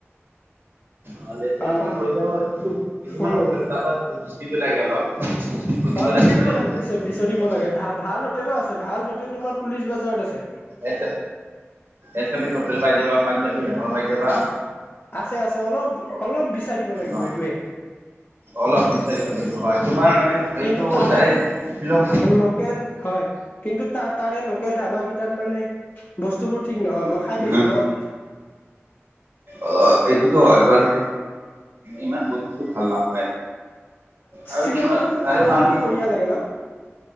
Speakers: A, on the right (about 50°); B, on the left (about 40°).
A: ভালে ত
B: আৰু
A: কম ৰৈ কিন্তু কিছুমান
B: উম
A: হোটেল তাৰপাত বৃষ্টি লাগে অলপ। সুধিব
B: অ বিচাৰ
A: লাগিব
B: দিব
A: এনেকুৱা
B: লাগে বিচ
A: এনেকুৱা
B: বিচাৰ
A: হোটেল
B: দিব লাগে ভাল ভাল হোটেলো আছে ভাল হোটেল তোমাৰ পুলিচ বজাৰত আছে।
A: A S M S hotel পাই যাবা পাঞ্জাবী ধাবা পাই যাবা।
B: আছে আছে অলপ অলপ বিচাৰিব লাগিব
A: অ
B: এইটোৱে
A: অলপ বিচাৰিব লাগিব হয় তোমাৰ মানে এইটো
B: কিন্তু তাৰে
A: ডাইৰেক্ট শ্বিলং
B: লোকেল হয় কিন্তু তাৰে ল লোকেল ধাবাকেইটাত মানে বস্তুবোৰ ঠিক নহয় মই খাই
A: উম
B: পাইছো ন
A: অ এইটোতো হয়বাৰো ইমান বস্তুটো ভাল নাপায় আৰু
B: শ্বিলঙৰ
A: তোমাৰ
B: কোনটো
A: তাৰে
B: তামোলটো
A: বালাল
B: বঢ়িয়া লাগে ন